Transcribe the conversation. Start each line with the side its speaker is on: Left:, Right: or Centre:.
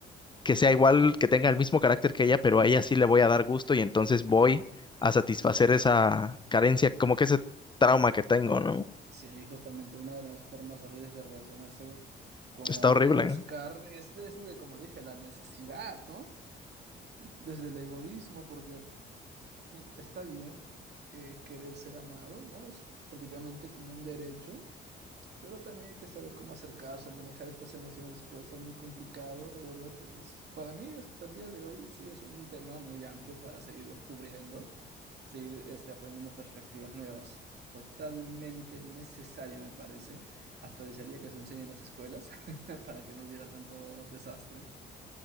Left: que sea igual, que tenga el mismo carácter que ella, pero a ella sí le voy a dar gusto y entonces voy a satisfacer esa carencia, como que ese trauma que tengo, ¿no?
Right: Sí, justamente una de las formas horribles de relacionarse con el
Left: Está
Right: amor
Left: horrible.
Right: es buscar, es desde, como dije, la necesidad, ¿no? Desde el egoísmo, porque mm, está bien eh, querer ser amado, ¿no? Es prácticamente como un derecho. Pero también hay que saber cómo acercarse, manejar estas emociones puede ser muy complicado, la verdad es, para mí hasta el día de hoy sigue siendo un tema muy amplio para seguir descubriendo, seguir este, aprendiendo perspectivas nuevas. Totalmente necesario, me parece. Hasta desearía que se enseñe en las escuelas <laughs> para que no hubiera tanto desastre.